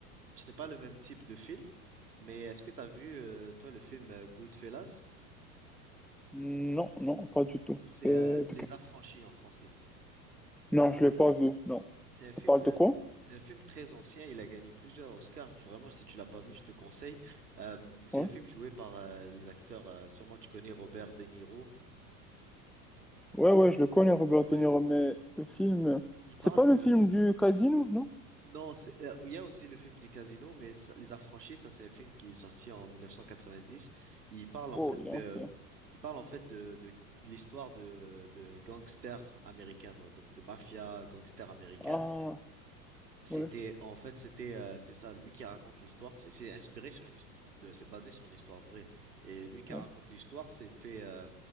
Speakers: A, on the right (about 85°); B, in the centre.
A: c'est pas le même type de film, mais est-ce que t'as vu, euh, toi, le film euh, Goodfellas?
B: Non, non, pas du tout.
A: C'est
B: C'est
A: euh, Les Affranchis en français.
B: Non, je l'ai pas vu, non.
A: C'est un
B: Ça
A: film,
B: parle
A: euh,
B: de quoi?
A: c'est un film très ancien. Il a gagné plusieurs Oscars. Vraiment, si tu l'as pas vu, je te conseille. Euh, c'est
B: Ouais.
A: un film joué par euh, les acteurs. euh, sûrement, tu connais Robert De Niro.
B: Ouais, ouais, je le connais, Robert
A: Ouais.
B: De Niro, mais le film... euh,
A: Il parle
B: C'est pas le
A: de
B: film du casino, non?
A: Non, c'est- euh, il y a aussi le film du casino, mais ça- Les Affranchis, ça c'est un film qui est sorti en 1990. Il parle en
B: Oh,
A: fait
B: il
A: de,
B: est ancien.
A: il parle en fait de, de l'histoire de, de gangsters américains, donc donc de mafia gangsters américains.
B: Ah,
A: C'était,
B: ouais.
A: en fait, c'était, euh, c'est ça, lui qui raconte l'histoire. C'est c'est inspiré sur une, his- de- c'est basé sur une histoire vraie. Et lui qui
B: ouais.
A: raconte l'histoire, c'était, euh,